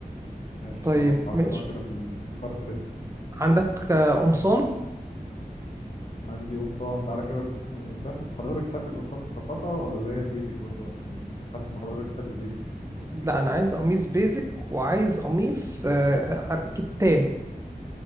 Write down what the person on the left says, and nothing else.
ماشي
خلاص عديناها
كده في ال- في الكارت رسمي
عندي قمصان تعالى كده قسم القمصان حضرتك بتحب القمصان المخططة ولا اللي هي البيزك برضو عشان حاسس إن حضرتك بتحب البيزك